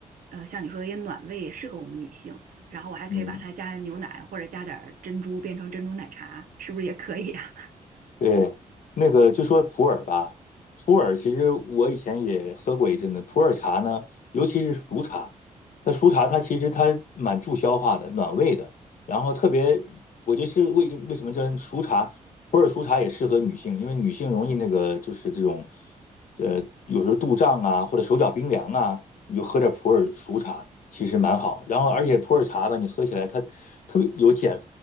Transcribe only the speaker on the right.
呃，像你说的也暖胃，也适合我们女性。然后我还可以把它加牛奶或者加点儿珍珠，
变成珍珠奶茶，是不是也可以啊？